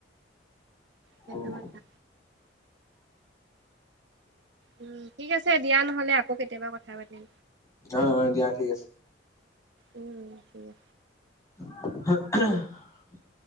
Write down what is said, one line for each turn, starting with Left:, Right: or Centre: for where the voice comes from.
Right: সেইটো
Left: উম
Right: কথা। উম ঠিক আছে দিয়া নহলে আকৌ কেতিয়াবা কথা পাতিম।
Left: অ অ দিয়া ঠিক আছে।
Right: উম ঠিক আছে।
Left: <unintelligible>